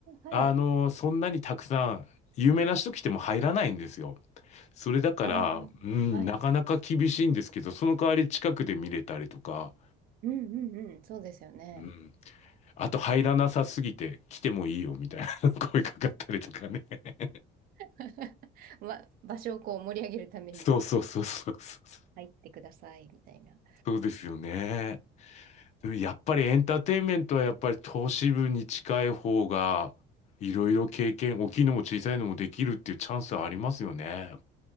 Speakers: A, on the right; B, on the left.
A: はい。
B: あの、そんなにたくさん、有名な人来ても入らないんですよ。それだから、
A: あ
B: うん、
A: あ、はい。
B: なかなか厳しいんですけど、その代わり近くで見れたりとか、
A: うんうんうん、そうですよね。
B: うん、あと入らなさすぎて来てもいいよみたいな <laughs> 声かかったりとかね。<laughs>
A: <laughs> ま、場所をこう盛り上げるために
B: そうそうそうそうそう。
A: 入ってくださいみたいな。
B: そうですよね。でもやっぱりエンターテインメントはやっぱり投資部に近い方が、いろいろ経験、大きいのも小さいのもできるっていうチャンスはありますよね。